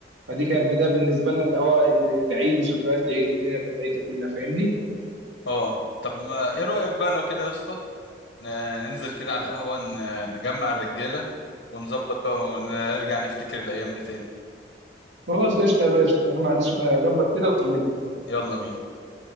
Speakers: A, on the right; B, on the left.
A: فدي كانت ده بالنسبه لنا اللي هو ال- العيد وذكريات العيد والدنيا بتاعت العيد دي كلها فاهمني
B: اه طب ما ايه رايك بقى لو كده يا اسطى ن- ننزل كده على القهوة ن- نجمع الرجالة ونظبط بقى ونرجع نفتكر الأيام دي تاني
A: خلاص قشطه يا باشا انا ما عنديش مانع اظبط كده واكلمك
B: يلا بينا